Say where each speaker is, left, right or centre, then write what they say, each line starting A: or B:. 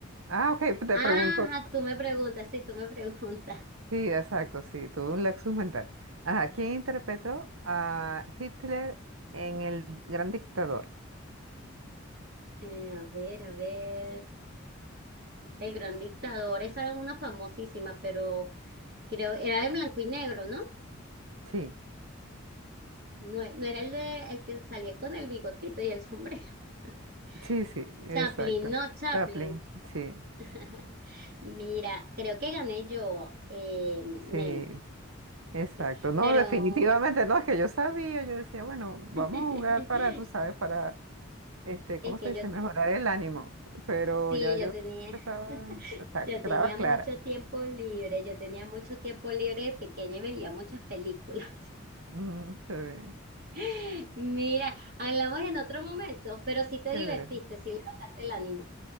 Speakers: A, on the right; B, on the right.
A: Ah, ok, te
B: ajá,
A: pregunto.
B: tú me preguntas, sí, tú me <laughs> preguntas.
A: Sí, exacto, sí, tuve un lapsus mental. Ajá, ¿quién interpretó a Hitler en El Gran Dictador?
B: Eh, a ver, a ver, El Gran Dictador, esa es una famosísima, pero creo, era de blanco y negro, ¿no?
A: Sí.
B: No, e- no era el de el que salía con el bigotito y el sombrero. <laughs>
A: Sí, sí, exacto.
B: Chaplin, no Chaplin.
A: Chaplin, sí,
B: <laughs> Mira, creo que gané yo, eh, Nelvi,
A: sí, exacto.
B: sí.
A: No,
B: Pero
A: definitivamente no, es que yo sabía, yo decía, bueno,
B: <laughs>
A: vamos
B: es
A: a jugar para, tú sabes, para, este,
B: que
A: ¿cómo se dice?
B: yo,
A: Mejorar el ánimo, pero
B: sí,
A: ya yo
B: yo tenía,
A: estaba,
B: <laughs>
A: esta-
B: yo
A: estaba
B: tenía
A: clara.
B: mucho tiempo libre, yo tenía mucho tiempo libre de pequeña y veía muchas películas.
A: Ujú, está bien,
B: <laughs> Mira, hablamos en otro momento, pero sí te divertiste,
A: chévere.
B: sí levantaste el ánimo.